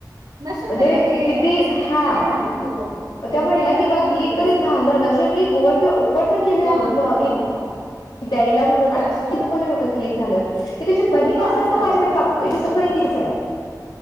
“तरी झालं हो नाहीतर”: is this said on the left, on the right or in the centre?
Right